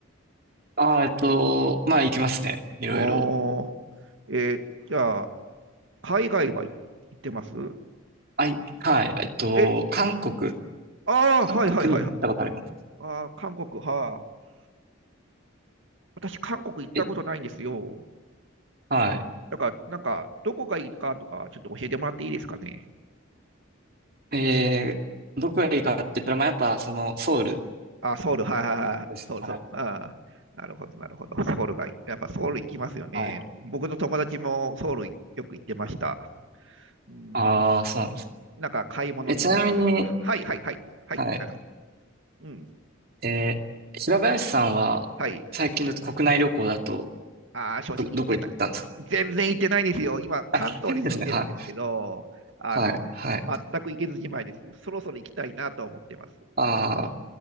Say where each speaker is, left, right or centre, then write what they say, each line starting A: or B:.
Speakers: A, on the right; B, on the right.
A: ああ、えっと、まあ行きますね。いろいろ。
B: ああ、えーじゃあ、海外は行ってます
A: はい、はい、えっと、
B: え、
A: 韓国、
B: ああ、
A: 韓国に行ったことあります。
B: はいはいはいはい。ああ、韓国、はあ。私、韓国行ったことないんですよ。
A: え、はい。
B: だから、なんか、どこがいいかとか、ちょっと教えてもらっていいですかね。
A: えー、どこがいいかって言ったら、まあやっぱその、ソウル
B: あ、ソウル、はいはいはい。
A: ですね。
B: ソウル、
A: はい、
B: ソウル。ああ、なるほど、なるほど。ソウルがいい。やっぱソウル行きますよね。
A: はい。
B: 僕の友達もソウルよく行ってました。うん、
A: ああ、そうなんです。
B: なんか、買い物に行くとか。
A: え、ちなみに、
B: はいはいはい。はい、
A: はい、
B: なんですか。うん。
A: えー、平林さんは、
B: はい。
A: 最近だと国内旅行だと、
B: ああ、正直行ってない。
A: ど、どこ行ったんですか
B: 全然行ってないんですよ。今、関東に住んでるんですけど、
A: あ、行ったんですね。はい、
B: あの、
A: はい、はい。
B: 全く行けずじまいです。そろそろ行きたいなと思ってます。
A: ああ、